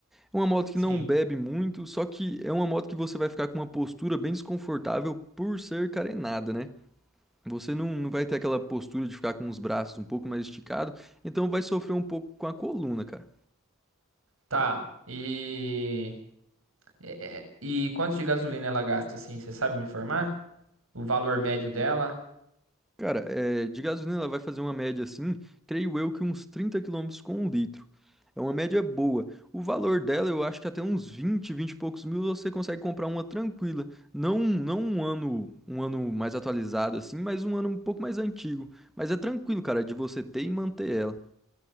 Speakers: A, in the centre; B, on the right.
A: É uma moto que
B: Sim.
A: não bebe muito, só que é uma moto que você vai ficar com uma postura bem desconfortável por ser carenada, né? Você não, não vai ter aquela postura de ficar com os braços um pouco mais esticado, então vai sofrer um pouco com a coluna, cara.
B: Tá. E é- é- e quanto de gasolina ela gasta, assim? Você sabe me informar? O valor médio dela?
A: Cara, é, de gasolina ela vai fazer uma média assim, creio eu que uns 30 quilômetros com um litro. É uma média boa. O valor dela, eu acho que até uns vinte, 20 e poucos mil você consegue comprar uma tranquila. Não, não um ano, um ano mais atualizado assim, mas um ano um pouco mais antigo. Mas é tranquilo, cara, de você ter e manter ela.